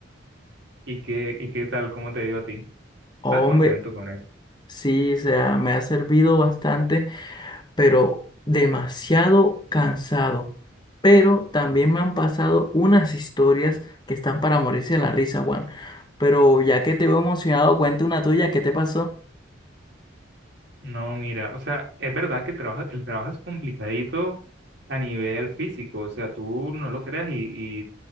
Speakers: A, on the right; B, on the left.
A: ¿Y qué, y qué tal? ¿Cómo te ha ido a ti?
B: Hombre,
A: ¿Estás contento con eso?
B: sí, o sea, me ha servido bastante, pero demasiado cansado. Pero también me han pasado unas historias que están para morirse de la risa, Juan. Pero ya que te veo emocionado, cuenta una tuya, ¿qué te pasó?
A: No, mira, o sea, es verdad que el trabajo, el trabajo es complicadito a nivel físico, o sea, tú no lo creas y, y